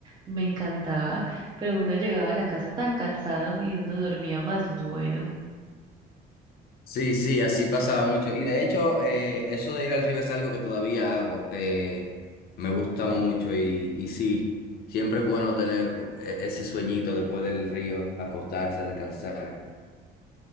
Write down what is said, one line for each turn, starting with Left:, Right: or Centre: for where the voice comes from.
Right: me encantaba. Pero uno llegaba a la casa tan cansado y uno dormía más bueno.
Left: Sí, sí, así pasaba mucho. Y de hecho, eh, eso de ir al río es algo que todavía hago. eh, me gusta mucho y, y sí, siempre es bueno tener eh, ese sueñito después del río, acostarse, descansar.